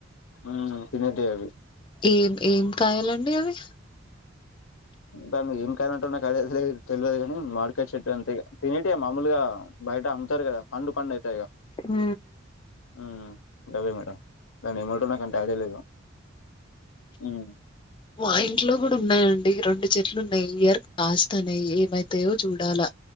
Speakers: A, on the left; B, on the left.
A: ఊ తినేటి అవి.
B: ఏం ఏం కాయాలండి అవి
A: దాన్ని ఏం కాయ అంటో నాకు ఐడియా తె తెలియదు కాని, మార్కెట్ చెట్టు అంతే తినేట్వె మామూలుగా బయట అమ్ముతారు కదా పండు పండు అవుతా ఇక.
B: ఊ
A: ఆ అదే మేడం దాన్ని ఏమంటరో నాకంత ఐడియా లేదు ఉమ్
B: మా ఇంట్లో కూడా ఉన్నాయండి రెండు చెట్లున్నాయి ఈయర్ కాస్తన్నాయి ఏమైతాయో చూడాలా.